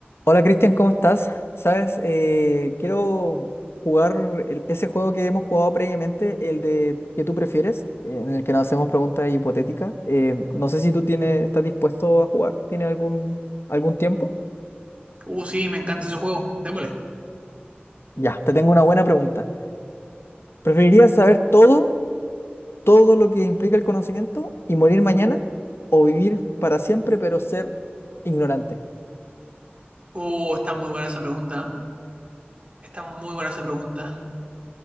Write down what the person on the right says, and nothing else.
Uh, sí, me encanta ese juego. Démosle.
Uh, está muy buena esa pregunta. ¿eh? Está muy buena esa pregunta.